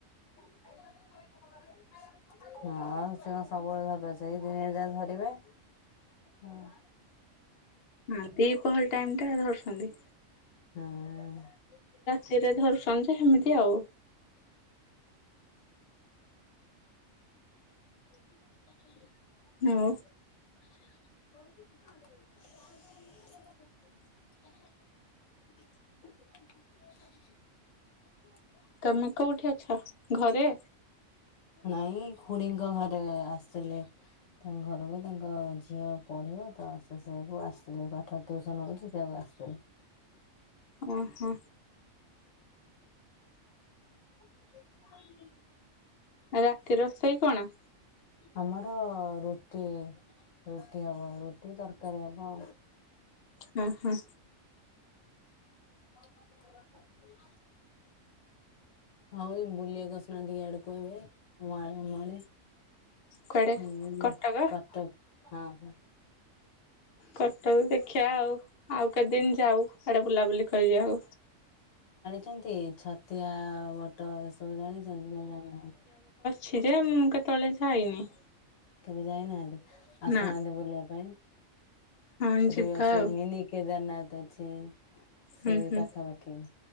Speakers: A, on the left (about 70°); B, on the left (about 60°).
A: <unintelligible> ହଁ ସେ କଣ ସବୁବେଳେ ଧରିବ ସେଇ ଦିନେ ଯା ଧରିବେ। ହଁ।
B: ହୁଁ ଦିପହର ଟାଇମ୍ ଟା ଧରୁଛନ୍ତି।
A: ହଁ।
B: ସିଏ ଯେ ଧରୁଛନ୍ତି ଯେ ସେମିତି ଆଉ।
A: <unintelligible>
B: ଆଉ
A: <unintelligible> <unintelligible> <unintelligible>
B: ତୋମେ କୋଉଠି ଅଛ? ଘରେ?
A: ନାଇଁ ଖୁଡିଙ୍କ ଘରେ ଆସିଥିଲେ ତାଙ୍କ ଘରକୁ। ତାଙ୍କ କ ଝିଅ ପଢିବ ତ ସେ ସେୟାକୁ ଆସିଥିଲି ପାଠ ଟିଉସନ ହଉଛି ତ ସେୟାକୁ ଆସିଥିଲି।
B: ଓ ହଁ।
A: <unintelligible>
B: ରାତି ରୋଷେଇ କଣ?
A: ଆମର ରୁଟି, ରୁଟି ହବ। ରୁଟି ତରକାରୀ ହବ।
B: ହଁ ହଁ
A: <unintelligible> ଆଉ ଏ ବୁଲିବାକୁ ଆସୁନାନ୍ତିି ଇଆଡକୁ ଏବେ ମୋ ଆ ଆମ ଆଡେ।
B: କୁଆଡେ
A: ଏଇନେ
B: କଟକ
A: କଟକ ହଁ ହଁ।
B: କଟକ ଦେଖିବା ଆଉ, ଆଉ କେତେ ଦିନ ଯାଉ ଆଡେ ବୁଲାବୁଲି। କରିବା ଆଉ।
A: ଚନ୍ତି ଛତିଆ ବଟ ଏସବୁ ଜାଣିଚନ୍ତି ନା ଜାଣିନାହାନ୍ତି?
B: ଛି ଯେ ମୁଁ କେତଳେ ଯାଇନି।
A: କେବେ ଯାଇନାହାନ୍ତି। ଆସୁନାହାନ୍ତି
B: ନା
A: ବୁଲିବା ପାଇଁ।
B: ହଁ
A: ସେଠି
B: ଯିବା
A: ବି ଅସି
B: ଆଉ
A: ମିନି କେଦାରନାଥ ଅଛି। ସେଇ
B: ହୁଁ ହୁଁ
A: ପାଖାପାଖି